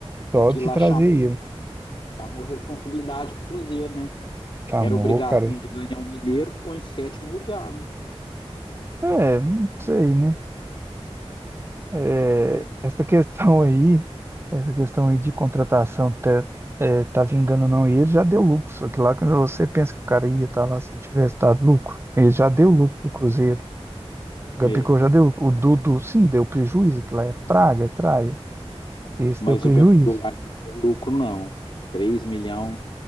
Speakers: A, on the left (about 55°); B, on the right (about 25°).
A: Aquilo
B: Só de
A: lá
B: trazer
A: chamou,
B: ele.
A: chamou responsabilidade pro Cruzeiro, né?
B: Chamou,
A: Era obrigação
B: cara.
A: de ganhar o Mineiro, ficou em sétimo lugar, né?
B: É, não sei, né? É,
A: Mas,
B: essa questão aí, essa questão aí de contratação tá, é, tá vingando ou não, e ele já deu lucro. Só que lá quando você pensa que o cara ia estar lá se não tivesse dado lucro, ele já deu lucro pro Cruzeiro. O Gabigol
A: é,
B: já deu, o Dudu sim, deu prejuízo, que lá é praga, é traia. Esse
A: mas
B: deu prejuízo.
A: o Gabigol ainda deu lucro, não. 3 milhões,